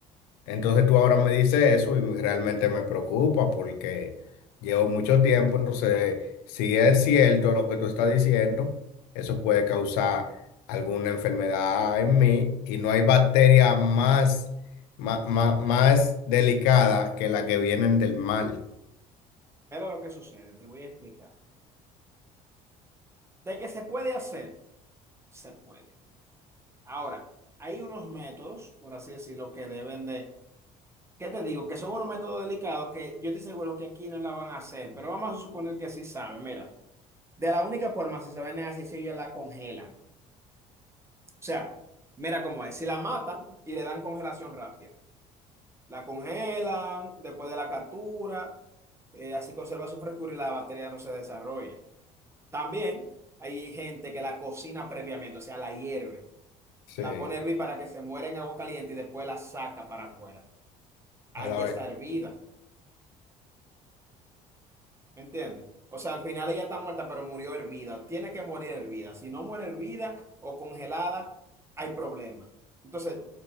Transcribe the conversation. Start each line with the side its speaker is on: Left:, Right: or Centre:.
Left: Entonces tú ahora me dices eso y realmente me preocupa porque llevo mucho tiempo, entonces si es cierto lo que tú estás diciendo, eso puede causar alguna enfermedad en mí y no hay bacteria más, ma- ma- más, delicada que la que vienen del mal.
Right: Pero lo que sucede, te voy a explicar. De que se puede hacer, se puede. Ahora, hay unos métodos, por así decirlo, que deben de, ¿qué te digo? Que son unos métodos delicados que yo estoy seguro que aquí no la van a hacer, pero vamos a suponer que sí saben. Mira, de la única forma, si saben es así, si ellos la congelan. O sea, mira cómo es, si la matan y le dan congelación rápida. La congelan después de la captura, eh, así conserva su frescura y la batería no se desarrolla. También hay gente que la cocina previamente, o sea, la hierve,
Left: Sí,
Right: la pone a hervir para que se muera en agua caliente y después la saca para afuera. Ahí
Left: a la
Right: ya
Left: vez.
Right: está hervida, ¿me entiendes? O sea, al final ella está muerta, pero murió hervida. Tiene que morir hervida. Si no muere hervida o congelada, hay problema. Entonces,